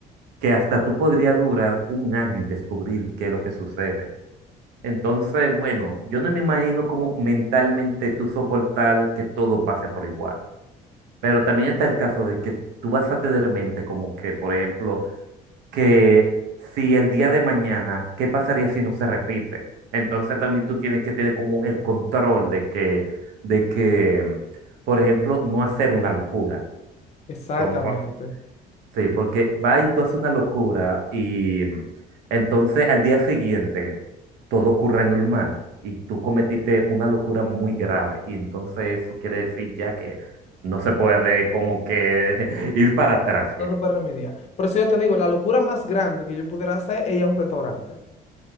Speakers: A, on the right (about 85°); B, on the left (about 40°).
A: que hasta tú podría durar un año en descubrir qué es lo que sucede. Entonces, bueno, yo no me imagino cómo mentalmente tú soportar que todo pase por igual. Pero también está el caso de que tú vas a tener en mente como que, por ejemplo, que si el día de mañana, ¿qué pasaría si no se repite? Entonces también tú tienes que tener como el control de que, de que, por ejemplo, no hacer una locura.
B: Exactamente.
A: Como, por- Sí, porque va y tú haces una locura y mm, entonces al día siguiente todo ocurre normal y tú cometiste una locura muy grave y entonces eso quiere decir ya que no se puede como que <laughs> ir para atrás
B: No
A: ya.
B: se puede remediar. Por eso yo te digo, la locura más grande que yo pudiera hacer es ir a un restaurante.